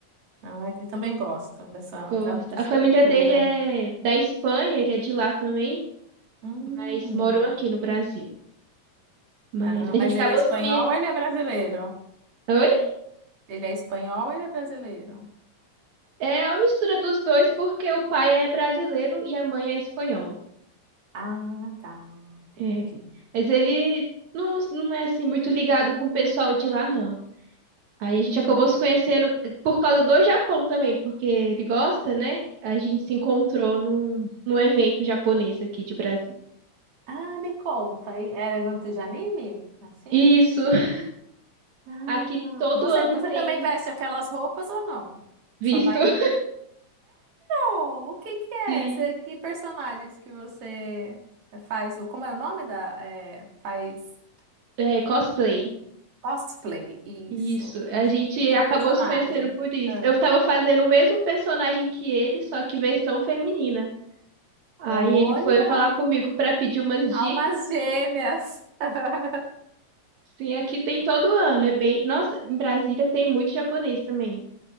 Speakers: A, on the right (about 55°); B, on the right (about 75°).
A: Ah, ele também
B: É.
A: gosta dessa,
B: Gosta.
A: da- dessa
B: A família
A: cultura.
B: dele é da Espanha, ele é de lá também,
A: Hum,
B: mas moram aqui no Brasil. Mas
A: ah,
B: a
A: mas
B: gente acabou
A: ele é espanhol
B: se conhecendo.
A: ou ele é brasileiro?
B: Oi?
A: Ele é espanhol ou ele é brasileiro?
B: É uma mistura dos dois, porque o pai é brasileiro e a mãe é espanhola.
A: Ah, tá,
B: É.
A: entendi.
B: Mas ele não, não é assim muito ligado com o pessoal de lá, não. Aí a gente
A: Uhum.
B: acabou se conhecendo por causa do Japão também, porque ele gosta, né? A gente se encontrou num, num evento japonês aqui de Brasil.
A: Ah, me conta, e é evento de anime? Assim,
B: Isso,
A: essas?
B: <laughs>
A: Ah,
B: aqui todo
A: você,
B: ano
A: você
B: tem
A: também veste aquelas roupas ou não?
B: visto.
A: Só vai
B: <laughs>
A: Oh, o que que é?
B: Sim.
A: Você, que personagens que você faz? O, como é o nome da? é, faz
B: É, cosplay.
A: cosplay, isso.
B: Isso. A
A: De,
B: gente
A: de que
B: acabou
A: personagem?
B: se conhecendo por isso.
A: Ah.
B: Eu tava fazendo o mesmo personagem que ele, só que versão feminina. Aí
A: Olha!
B: ele foi falar comigo pra pedir umas
A: Almas
B: dicas
A: gêmeas!
B: e
A: <laughs>
B: sim, aqui tem todo ano, é bem, nossa, em Brasília tem muito japonês também.